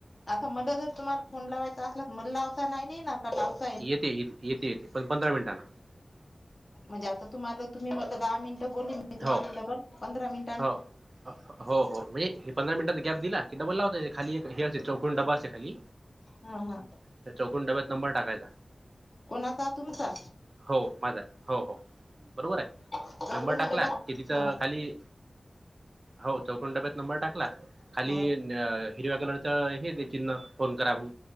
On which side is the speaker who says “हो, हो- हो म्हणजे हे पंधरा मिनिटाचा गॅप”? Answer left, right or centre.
Right